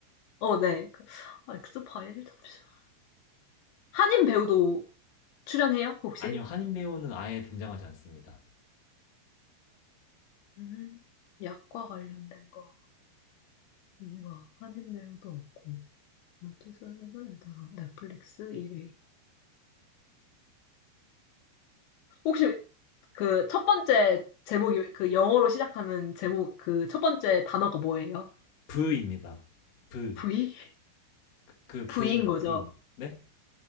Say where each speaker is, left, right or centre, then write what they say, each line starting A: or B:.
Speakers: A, on the left (about 75°); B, on the left (about 50°).
A: 어, 네. 그, 아, 엑스파일? 잠시만. 한인 배우도 출연해요, 혹시?
B: 아니요, 한인 배우는 아예 등장하지 않습니다.
A: 음, 약과 관련된 거. 이거, 한인 배우도 없고. 12세에서 다 넷플릭스 1위. 혹시 그 첫 번째 제목이 그 영어로 시작하는 제목 그 첫 번째 단어가 뭐예요?
B: 브입니다. 브.
A: V?
B: 그
A: V인
B: 브입니다.
A: 거죠.
B: 브. 네?